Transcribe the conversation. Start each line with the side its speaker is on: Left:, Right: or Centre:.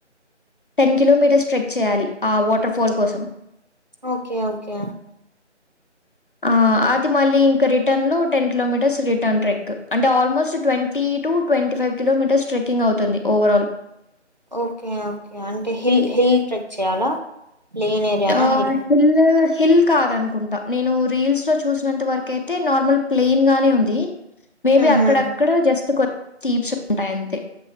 Left: టెన్ కిలోమీటర్స్ ట్రెక్ చేయాలి ఆ వాటర్ ఫాల్ కోసం
Right: ఓకే ఓకే
Left: ఆ అది మళ్ళీ ఇంకా రిటర్న్ లో టెన్ కిలోమీటర్స్ రిటర్న్ ట్రెక్ అంటే ఆల్మోస్ట్ ట్వంటీ టు ట్వీ ఫైవ్ కిలోమీటర్స్ ట్రెకింగ్ అవుతుంది ఓవర్ ఆల్
Right: ఓకే ఓకే అంటే హిల్ హిల్ ట్రెక్ చేయాలా ప్లెయిన్ ఏరియానా
Left: యాచుల్
Right: హిల్
Left: ల్ హిల్ కాదనుకుంటాను నేను రీల్స్ లో చూసినంత వరకు అయితే నార్మల్ ప్లెయిన్ గానే ఉంది మేబి
Right: ఊహూ
Left: అక్కడక్కడ జస్ట్ కొ టీప్స్ ఉంటాయి అంతే